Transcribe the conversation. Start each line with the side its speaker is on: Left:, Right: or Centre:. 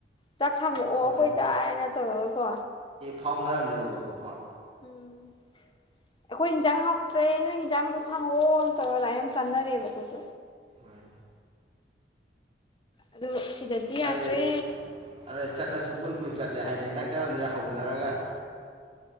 Left: ꯆꯥꯛ ꯊꯥꯡꯉꯛꯑꯣ
Right: ꯍꯣꯏ
Left: ꯑꯩꯈꯣꯏꯗꯥꯅ ꯇꯧꯔꯒꯀꯣ
Right: ꯐꯥꯎꯅꯥꯝꯅꯤꯅꯀꯣ ꯐꯥꯎ
Left: ꯎꯝ ꯑꯩꯈꯣꯏ ꯏꯟꯖꯥꯡ ꯍꯥꯎꯇ꯭ꯔꯦ ꯅꯣꯏ ꯌꯦꯟꯖꯥꯡꯗꯨ ꯊꯪꯉꯛꯑꯣ ꯇꯩꯔ ꯑꯗꯥꯏ ꯌꯥꯝ ꯆꯥꯟꯅꯔꯛꯑꯦꯕ ꯈꯣꯏꯁꯨ
Right: ꯍꯣꯏ
Left: ꯑꯗꯨ ꯁꯤꯗꯗꯤ ꯌꯥꯗ꯭ꯔꯦ
Right: ꯑꯗꯩ ꯑꯗ ꯆꯠꯂꯁꯨ ꯄꯨꯟ ꯄꯨꯟ ꯆꯠꯂꯦ ꯍꯥꯏꯗꯤ ꯅꯛꯅꯔꯕꯅꯤꯅ ꯍꯧꯅꯔꯒ